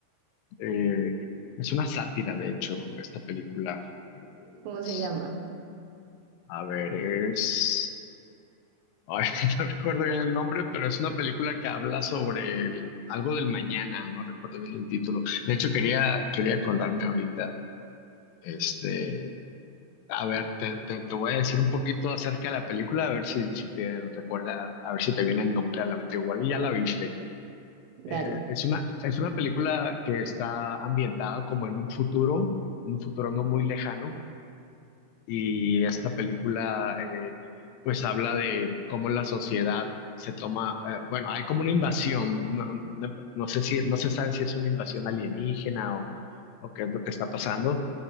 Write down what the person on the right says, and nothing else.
¿Cómo
se llama?
Dale.